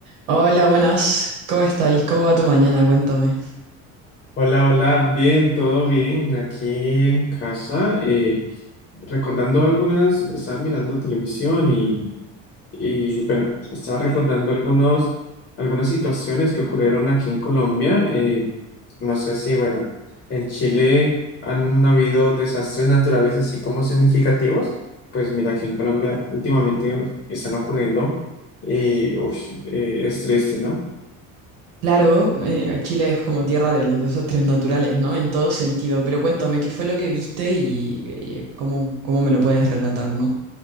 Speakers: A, on the right (about 85°); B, on the left (about 30°).
A: Hola, buenas. ¿Cómo estáis? ¿Cómo va tu mañana? Cuéntame.
B: Hola, hola, bien, todo bien, aquí en casa. eh, recordando algunas, estaba mirando televisión y, y, bueno, estaba recordando algunos, algunas situaciones que ocurrieron aquí en Colombia. eh, no sé si, bueno, en Chile han habido desastres naturales así como significativos. Pues mira, aquí en Colombia últimamente están ocurriendo y uf, eh, es triste, ¿no?
A: Claro, eh, Chile es como tierra de los desastres naturales, ¿no? En todo sentido. Pero cuéntame, ¿qué fue lo que viste y, eh, cómo, cómo me lo puedes relatar, ¿no?